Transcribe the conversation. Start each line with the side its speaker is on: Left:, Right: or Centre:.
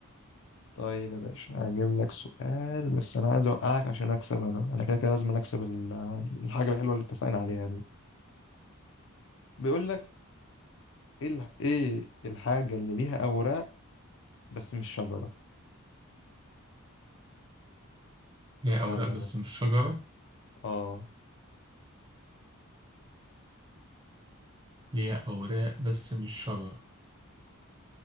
Left: طيب يا باشا هجيب لك سؤال بس انا عايز اوقعك عشان اكسب انا انا كده كده لازم اكسب ال- الحاجه الحلوه اللي اتفقنا عليها دي بيقول لك ايه ال- ايه الحاجه اللي ليها اوراق بس مش شجره
Right: ليها أوراق
Left: يلا
Right: بس
Left: يا باشا
Right: مش شجرة
Left: اه
Right: ليها أوراق بس مش شجرة